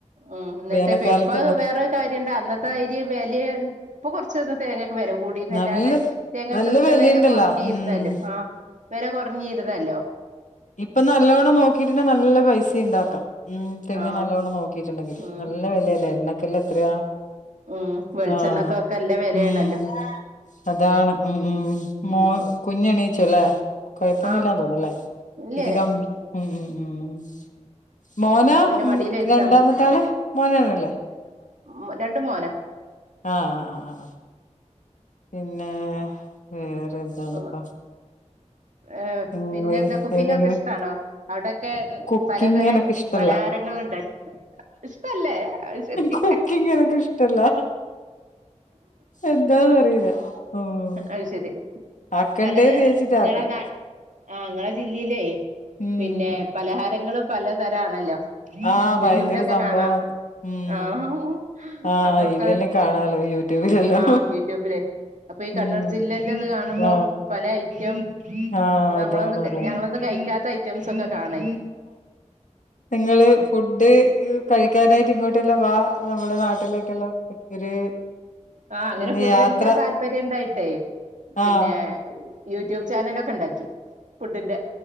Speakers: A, on the right (about 80°); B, on the left (about 85°).
A: ഉം എന്നിട്ട്പ്പ
B: വേനൽക്കാലത്തെല്ലാം
A: എപ്പ വേറൊരു കാര്യം ഇണ്ടാ അന്നത്തെ ഇര് വെലഇപ്പൊ കൊറച്ച വില കൂടല്ലാതെ
B: നല്ല
A: തേങ്ങക്കൊക്കെ
B: നല്ല വെലയുണ്ടല്ലോ
A: വില കുറഞ്ഞിരുന്നാലും
B: ഉം
A: ആ വില ഞ്ഞിരുന്നല്ലോ
B: ഇപ്പൊ നല്ലവണ്ണം നോക്കിട്ടുണ്ട നല്ല പൈസ ഉണ്ടാക്കാം ഉം തെങ്ങ്
A: ആഹ്
B: നല്ലവണം നോക്കിട്ട ണ്ടെങ്കിൽ
A: ഉം
B: നല്ല വിലല്ലേ
A: ഉം
B: എണ്ണക്കല്ല അത്രയാ
A: ഉം വെളിച്ചെണ്ണക്കൊക്കെ
B: ആ
A: നല്ല വെലയാണല്ലോ
B: ഉം അതാണ് ഉം ഉം മോ
A: ഉം
B: കുഞ്ഞ് എണീച്ചോല്ലെ കുഴപ്പൊന്നുമില്ലാ
A: ആഹ്
B: തോന്നല്ലേ
A: ഇല്ലില്ല
B: ഇത് ക ഉംഉം ഉം മോനാ
A: പിന്നെ
B: ഉം
A: മടീല് വെച്ചാ
B: രണ്ടാമത്താള്
A: മതി
B: മോനെന്നയല്ലേ
A: ഉം രണ്ടും മോനാ
B: ആഹ് ആഹ് ആഹ് ആഹ് പിന്നെ വേറെ എന്താണ്പ്പാ
A: ഉം ഏഹ്
B: ഉം
A: പിന്നെ എന്താ കുക്കിങ്ങ്
B: എവിടെയെങ്കിലും
A: ഒക്കെ ഇഷ്ട്ടാണോ അവിടൊക്കെ
B: കുക്കിംഗ്
A: പലതരം
B: എനക്ക് ഇഷ്ടല്ല
A: പലഹാരങ്ങൾ <unintelligible> ഇഷ്ട്ടല്ലേ അത് ശരി
B: കുക്കിംഗ് എനക്ക് ഇഷ്ടല്ല എന്താന്ന് അറിയില്ല ഉം
A: അത് ശരി
B: ആക്കണ്ടേന്ന്
A: പലത
B: വിചാരിച്ചിട്ട്
A: നിങ്ങളെ
B: ആക്കും
A: നാ ആഹ് ഇങ്ങളെ ജില്ലയിലെ
B: ഉം
A: <unintelligible> പിന്നെ പലഹാരങ്ങള് പലതരം ആണല്ലോ
B: ആഹ്
A: യൂട്യൂബിലൊക്കെ
B: ഭയങ്കര സംഭവം
A: കാണാം
B: ഉം
A: ആഹ്
B: ആഹ്
A: അപ്പൊക്കെ
B: ഇതിലെല്ലാം കാണാലോ യൂട്യൂബിലെല്ലാം
A: ആഹ് യൂട്യൂബിലെ അപ്പൊ ഈ കണ്ണൂർ
B: ഉം
A: ജില്ലന്റെ ഇത് കാണുമ്പോ
B: ആഹ്
A: പല ഐറ്റം
B: ആഹ്
A: നമ്മളൊന്നും
B: അതാണ്
A: ക
B: അതാണ്
A: ഞങ്ങളൊന്നും കഴി ക്കാത്ത ഐറ്റ് സൊക്കെ കാണേയ്
B: നിങ്ങള് ഫുഡ് കഴിക്കാനായിട്ട് ഇങ്ങോട്ടെല്ലാം വാ നമ്മുടെ നാട്ടിലേക്കെല്ലാം ഒരു
A: ആഹ് അങ്ങനെ
B: പിന്നെ
A: ഫുഡെന്നെ
B: യാത്ര
A: താല്പര്യം ഇണ്ടാ ണ്ടായിട്ടെ പിന്നെ
B: ആഹ്
A: യൂട്യൂബ് ചാനലൊക്കെ ഇണ്ടാക്കി ഫുഡിന്റെ